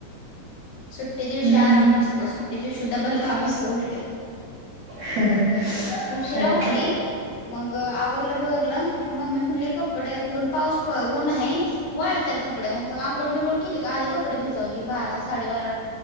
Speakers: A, on the left; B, on the right.
A: सुट्टी दिवशी
B: हम्म
A: आराम नसतो सुट्टी दिवशी डबल काम असतो उलटं.
B: हं हं
A: उशिरा
B: तर
A: उठली
B: काय.
A: मग आवरलं बिवरलं मम्मी म्हणली कपडे ऊन पाऊस प ऊन हाय. वाळत्याल कपडे आंघोळ बिंघोळ केली का आधी कपडे भिजवली बारा साडेबारा